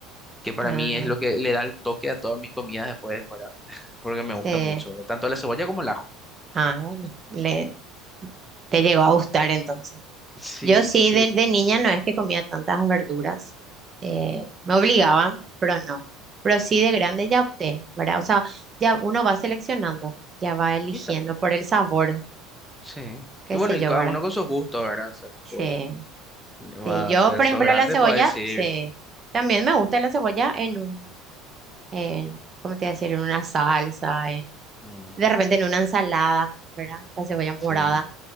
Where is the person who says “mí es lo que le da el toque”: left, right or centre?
Centre